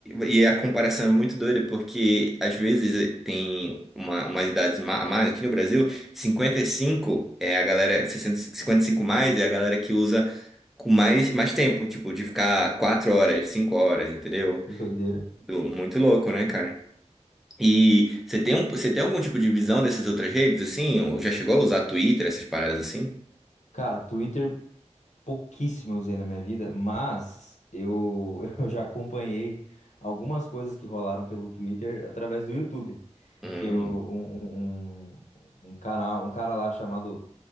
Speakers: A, in the centre; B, on the left (about 80°).
A: e e a comparação é muito doida, porque às vezes tem uma, umas idades ma- a mais aqui no Brasil 55 é a galera, sessenta cinquenta e cinco mais é a galera que usa com mais, mais tempo, tipo, de ficar 4 horas, 5 horas, entendeu?
B: que doideira.
A: Do- Muito louco, né, cara? E você tem, um, você tem algum tipo de visão dessas outras redes, assim? Ou já chegou a usar Twitter, essas paradas assim?
B: Cara, Twitter pouquíssimo eu usei na minha vida, mas eu, <laughs> eu já acompanhei algumas coisas que rolaram pelo Twitter através do YouTube,
A: Hum.
B: que eu, um, um, um um canal, um cara lá chamado